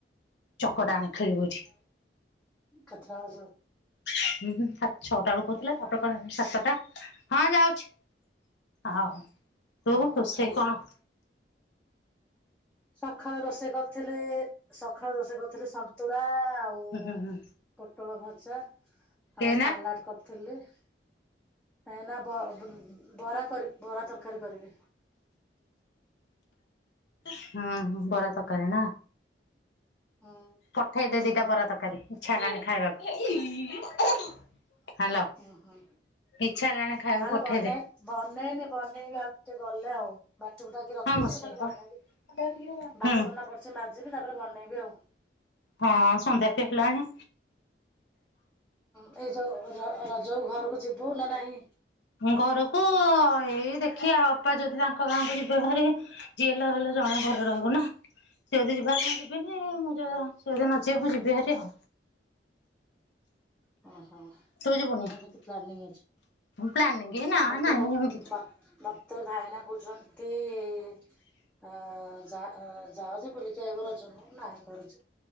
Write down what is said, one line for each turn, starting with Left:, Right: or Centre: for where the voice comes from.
Left: ଚକଟା ଆଣ ଖେଳିବୁ ଏଇଠି।
Centre: କେତେ ଟାବେଳ କୁଜିବ?
Left: ହୁଁ ସାତ ଛଅଟା ବେଳକୁ କହୁଥିଲା ତାପରେ ସାତଟା ହଁ ଯାଉଛି । ଆଉ ତୁ
Centre: ହଁ
Left: ରୋଷେଇ କଣ?
Centre: ସକାଳୁ ରୋଷେଇ କରିଥିଲି ସକାଳୁ ରୋଷେଇ କରିଥିଲି ସନ୍ତୁଳା ଆଉ
Left: ହୁଁ ହୁଁ
Centre: ପୋଟଳ ଭଜା ଆଉ
Left: ଏଇନା
Centre: ସାଲାଡ କରିଥିଲି ହେଲେ ଏଇନା ବରା କରିବି ବରା ତରକାରୀ ତରକାରି କରିବି।
Left: ହୁଁ ହୁଁ ବରା ତରକାରୀ ନା
Centre: ହଁ
Left: ପଠେଇ ଦେ ଦିଟା ବରା ତରକାରୀ ଇଚ୍ଛା ହେଲାଣି ଖାଇବାକୁ। ହାଲୋ
Centre: ଓହୋ। ନହେଲେ
Left: ଇଚ୍ଛା ହେଲାଣି ଖାଇବାକୁ ପଠେଇଦେ
Centre: ବନେଇ ବନେଇନି ବନେଇବି ଆଉ ଟିକେ ଗଲେ ଆଉ ବାଟି ବୁଟାକି ରଖିଛି।
Left: ହଁ
Centre: ରଖିଚି
Left: ବସେଇବ
Centre: ଖାଲି ବନେଇବି ବାସନ
Left: ହୁଁ
Centre: ଗୁଡ଼ା ପଡ଼ିଛି ମାଜିବି ତାପରେ ବନେଇବି ଆଉ।
Left: ହଁ ସନ୍ଧ୍ୟା ବି ହେଲଣି।
Centre: ଏ ଯୋଉ ରଜକୁ ଘରକୁ ଯିବୁ ନା ନାହିଁ
Left: ଘରକୁ ଏଇ ଦେଖିବା ଅପା ଯଦି ତାଙ୍କ ଗାଁକୁ ଯିବେଭାରି ଯିଏ ହେଲେ ହେଲେ ଜଣେ ଘରେ ରହିବ ନା। ସେ ଯଦି ଯିବେହରି ମୁଁ ଯିବିନି ସେ ଯଦି ନଜିବେମୁଁ ଯିବି ହାରି ଆଉ।
Centre: ଓ ହୋ
Left: ତୁ ଯିବୁନି?
Centre: ଏମିତି ପ୍ଲାନିଙ୍ଗ୍ ଅଛି
Left: ପ୍ଲାନିଂ ନା
Centre: ମତେ
Left: ନାହିଁ
Centre: କ
Left: ଏମିତି
Centre: ମତେ ଭାଇନା କହୁଛନ୍ତି ଅ ଯା ଯାହା ଯେ ବୁଲିକି ଆଇବ ରଜକୁ ନାହିଁ କରୁଛି।